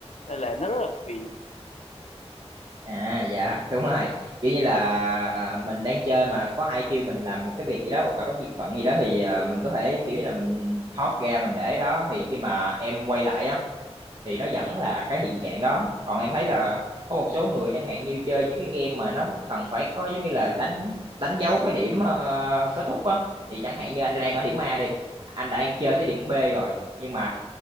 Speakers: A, on the left; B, on the right.
A: nên là nó rất là phiền
B: À dạ đúng rồi kiểu như là à, mình đang chơi mà có ai kêu mình làm một cái việc gì đó hoặc là có việc bận gì đó thì à, mình có thể kiểu như là mình thoát ra mình để đó thì khi mà em quay lại á thì nó vẫn là cái hiện trạng đó còn em thấy là có một số người chẳng hạn như chơi những cái game mà nó cần phải có giống như là đánh đánh dấu cái điểm ờ, kết thúc á thì chẳng hạn như anh
A: ừ,
B: đang ở điểm A đi anh đang chơi tới điểm B rồi nhưng mà